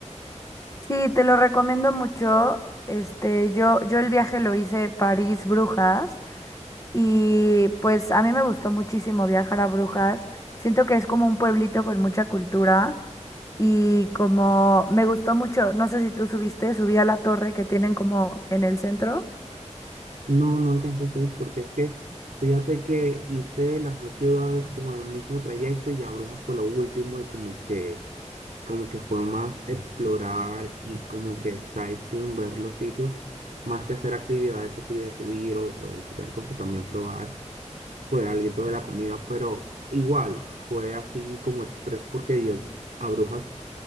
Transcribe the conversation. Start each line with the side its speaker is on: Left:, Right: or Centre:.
Left: Sí, te lo recomiendo mucho. Este, yo, yo el viaje lo hice París-Brujas y pues a mí me gustó muchísimo viajar a Brujas. Siento que es como un pueblito con mucha cultura Y como me gustó mucho, no sé si tú subiste, subí a la torre que tienen como en el centro.
Right: No, no alcancé a subir porque es que fíjate que hice las dos ciudades como en un mismo trayecto y ya Brujas fue lo último y como que, como que fue más explorar y como que sightseeing, ver los sitios, más que hacer actividades así de subir o, o de visitar cosas, también probar, fue algo de la comida, pero igual fue así como express porque yo a Brujas